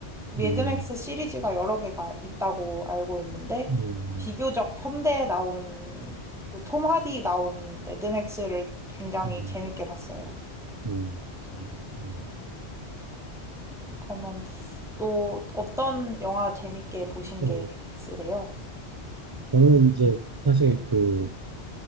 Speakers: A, in the centre; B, on the right (about 30°).
A: 매드맥스
B: 음,
A: 시리즈가 여러 개가 있다고 알고 있는데
B: 음,
A: 비교적 현대에 나온 그 톰 하디 나온 매드맥스를 굉장히
B: 음,
A: 재밌게 봤어요.
B: 음, 그렇습니다. 음.
A: 그러면 또 어떤 영화 재밌게 보신
B: 어,
A: 게 있으세요?
B: 저는 이제 사실 그,